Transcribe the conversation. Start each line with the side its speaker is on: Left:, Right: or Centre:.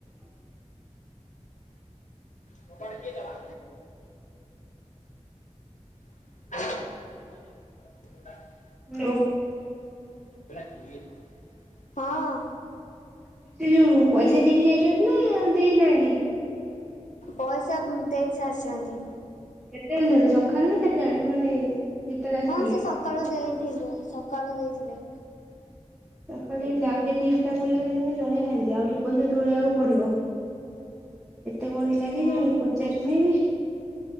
Left: କବାଟ କିଏ ଦେଲା <unintelligible>
Centre: ହାଲୋ ।
Left: ହଁ।
Centre: ଯଉ ସେ ଯଉ ପଇସା । ସେ ଦେଇକି ଯାଇଛନ୍ତି ନା ଦେଇନାହାନ୍ତି। ତିଇ ।
Left: ପଇସା ଦେଇ ସାରିଚନ୍ତି।
Centre: କେତେବେଳେ ଦେଲେ ସକାଳେ ନା ଚାରିଟା ବେଳେ ମାନେ ଯେତେବେଳେ ଆସିଥିଲେ?
Left: ହଁ ସେ ସକାଳୁ ଦେଇଥିଲେ ସ- କାଳୁ ଦେଇଥିଲେ
Centre: ସକାଳୁ ଦେଇ ଥିଲେ ଆଉ କେତେ ହିସାବ କରିବା ସେ ଜଣେଇ ନାହାନ୍ତି ଆହୁରି ପଇସା ତୋଳେଇବାକୁ ପଡିବ କେତେ କଣ ହେଲା କେଜାଣି
Left: ହଁ
Centre: ପଚାରିନି ବି?